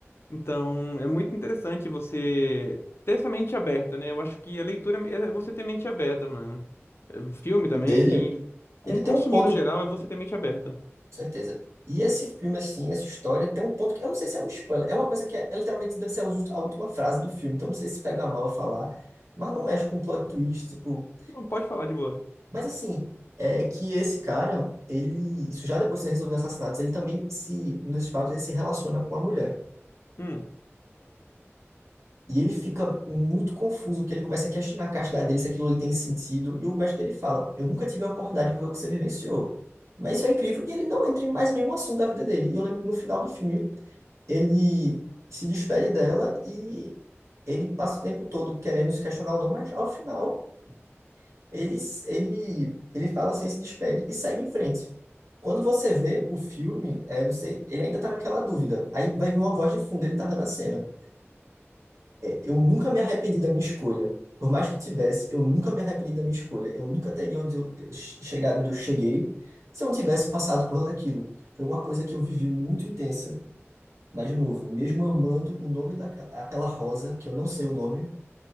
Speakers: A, on the left; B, on the right.
A: Então, é muito interessante você ter essa mente aberta, né? Eu acho que a leitura é é você ter mente aberta, mano. É, Filme também,
B: Dele,
A: enfim. Com,
B: ele tem
A: consumir
B: um ponto,
A: no geral
B: com
A: é você ter mente aberta.
B: certeza. E esse filme, assim, essa história tem um ponto que eu não sei se é um spoiler, é uma coisa que é, é literalmente deve ser a us- a última frase do filme, então eu não sei se pega mal falar, mas não mexe com plot twist, tipo.
A: Não, pode falar de boa.
B: Mas assim, é que esse cara, ele, isso já depois de ser resolvido assassinatos, ele também se, nos papos, ele se relaciona com a mulher.
A: Hum,
B: E ele fica muito confuso, porque ele começa a questionar a castidade dele, se aquilo ali tem sentido. E o mestre dele fala: Eu nunca tive a oportunidade de viver o que você vivenciou. Mas isso é incrível. E ele não entra em mais nenhum assunto da vida dele. E eu lembro que no final do filme, ele se despede dela e ele passa o tempo todo querendo se questionar ou não, mas ao final. ele, ele, ele fala assim, se despede e segue em frente. Quando você vê o filme, é, você, ele ainda tá naquela dúvida. Aí vai vir uma voz de fundo, ele narrando a cena. Eu nunca me arrependi da minha escolha. Por mais que tivesse, eu nunca me arrependi da minha escolha. Eu nunca teria onde eu, eu che- chegado onde eu cheguei se eu não tivesse passado por aquilo. Foi uma coisa que eu vivi muito intensa. Mas, de novo, mesmo amando o nome daquela rosa, que eu não sei o nome,